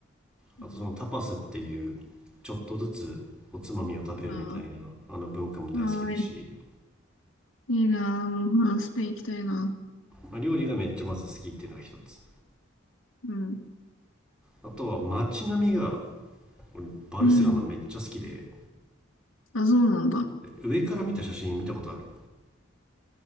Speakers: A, in the centre; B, on the left.
A: あとそのタパスっていうちょっとずつおつまみを食べるみたいなあの文化も大好きだし、
B: うん。ああ、はーい。いいなー、もう、スペイン行きたいな。
A: まあ、料理がめっちゃまず好きっていうのが一つ
B: うん。
A: あとは街並みが俺バルセロナめっちゃ好きで
B: うん。あ、そうなんだ。
A: 上から見た写真見たことある